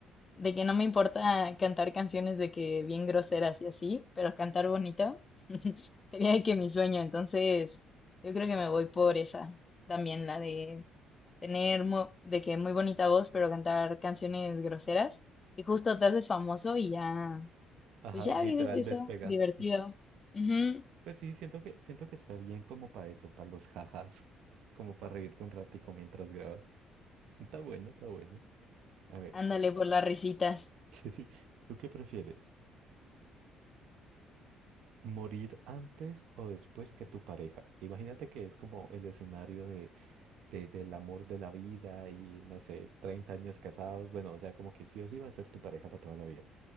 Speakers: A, on the left; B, on the right.
A: de que no me importa cantar canciones de que bien groseras y así, pero cantar bonito <laughs> sería de que mi sueño. Entonces, yo creo que me voy por esa también, la de tener mu- de que muy bonita voz, pero cantar canciones groseras. Y justo te haces famoso y ya,
B: Ajá,
A: pues ya
B: y literal
A: vives de eso,
B: despegas.
A: divertido. Ujú.
B: Pues sí, siento que, siento que está bien como para eso, para los jajas. Como para reírte un ratico mientras grabas. Está bueno, está bueno. A ver,
A: Ándale por las risitas.
B: <laughs> ¿tú qué prefieres? Morir antes o después que tu pareja. Imagínate que es como el escenario de, de- del amor de la vida y no sé, 30 años casados. Bueno, o sea, como que sí o sí va a ser tu pareja para toda la vida.